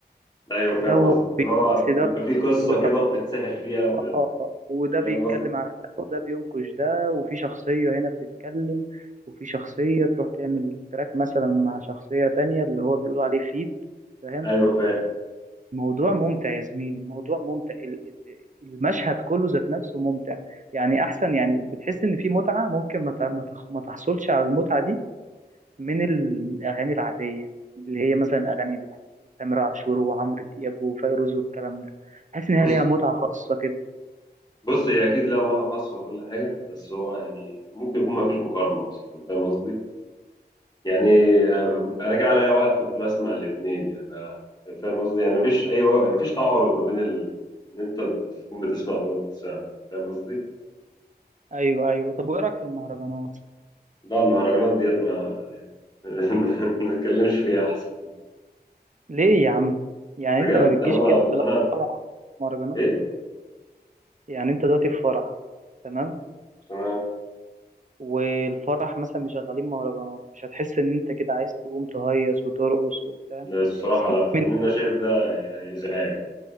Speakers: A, on the left (about 25°); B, on the right (about 45°).
A: ايوه فاهم
B: دوت
A: قصدي اللي هو بيبقى
B: دوت
A: فيه قصه
B: ودوت
A: كده بتتسحل فيها ف-
B: اه وده
A: فاهم
B: بيتكلم
A: قصدي
B: عن ده وده بينقش ده وفي شخصية هنا بتتكلم وفي شخصية تروح تعمل تراك مثلا مع شخصية تانية اللي هو بيقولوا عليه فيت فاهم
A: ايوه فاهم
B: موضوع ممتع يا زميلي الموضوع ممتع ال- ال- المشهد كله ذات نفسه ممتع يعني أحسن يعني بتحس إن في متعة ممكن ما ت- ما تخ- ما تحصلش على المتعة دي من الأغاني العادية اللي هي مثلا أغاني تامر عاشور وعمرو دياب وفيروز والكلام ده تحس
A: بص
B: إن هي ليها متعة خاصة كده
A: بص هي اكيد لها متعه خاصه وكل حاجه بس هو يعني ممكن يكون ما فيش مقارنه اصلا فاهم قصدي يعني انا أنا جه عليا وقت كنت بسمع الاثنين يعني أنا- فاهم قصدي يعني ما فيش اي وقت ما فيش تعارض ما بين ال... ان انت تكون بتسمع ده وبتسمع ده فاهم قصدي
B: ايوه ايوه طب وايه رايك في المهرجانات
A: لا المهرجانات ديت ما <laughs> ما ما نتكلمش فيها احسن
B: ليه يا عم يعني
A: بجد
B: انت ما بتجيش
A: انا ما
B: كده في
A: انا
B: الافراح مهرجانات
A: إيه؟
B: يعني انت دلوقتي في فرح تمام
A: تمام
B: والفرح مثلا مشغلين مهرجانات مش هتحس ان انت كده عايز تقوم تهيص وترقص وبتاع
A: لا، الصراحة
B: سيبك
A: لا لأن
B: من
A: أنا شايف ده يعني إزعاج